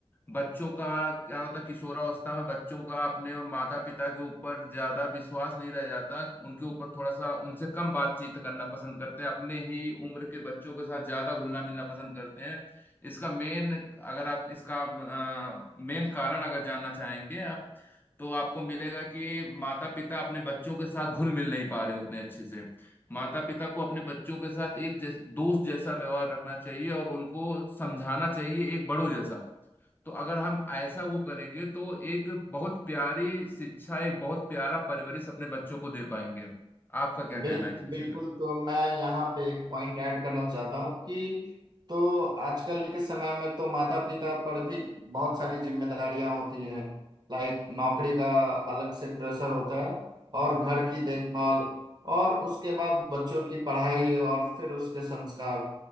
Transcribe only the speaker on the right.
बिल्कुल
बिल्कुल
तो मैं यहाँ पे एक पॉइंट ऐड करना चाहता हूँ कि तो आजकल के समय में तो माता पिता पर भी बहुत सारी जिम्मेदारियां होती हैं लाइक नौकरी का अलग से प्रेशर होता है और घर की देखभाल और उसके बाद बच्चों की पढ़ाई और फिर उसके संस्कार